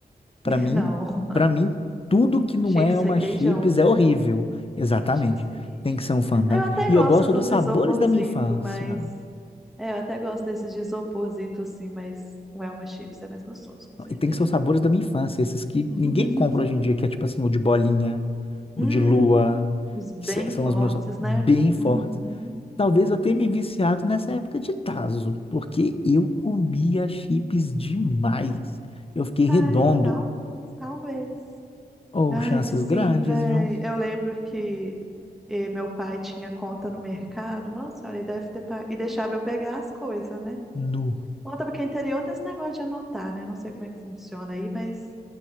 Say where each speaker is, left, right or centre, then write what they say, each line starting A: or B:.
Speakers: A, on the left (about 35°); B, in the centre.
A: Para
B: Não,
A: mim, para mim, tudo que não
B: Cheetos
A: é uma
B: requeijão.
A: chips é horrível. Exatamente.
B: Cheetos requeijão.
A: Tem que ser um fandango.
B: Eu até
A: E
B: gosto
A: eu gosto
B: dos
A: dos sabores
B: isoporzito,
A: da minha infância.
B: mas... É, eu até gosto desses de isoporzito, assim, mas o Elma Chips é mais gostoso, com certeza.
A: E tem que ser os sabores da minha infância, esses que
B: <laughs>
A: ninguém compra hoje em dia, que é tipo assim, o de bolinha, o
B: Hum,
A: de lua,
B: os bem
A: que se- são
B: fortes,
A: os meus bem
B: né?
A: fortes.
B: Uhum.
A: Talvez eu tenha me viciado nessa época de Tazo, porque eu comia chips demais. Eu fiquei
B: Ai,
A: redondo.
B: talvez, talvez.
A: Ou
B: Ai,
A: chances
B: sim,
A: grandes,
B: véi.
A: viu?
B: Eu lembro que eh, meu pai tinha conta no mercado. Nossa senhora, ele deve ter. pa- E deixava eu pegar as coisas, né?
A: Nu,
B: Conta porque interior tem esse negócio de anotar, né? Não sei como é que funciona aí, mas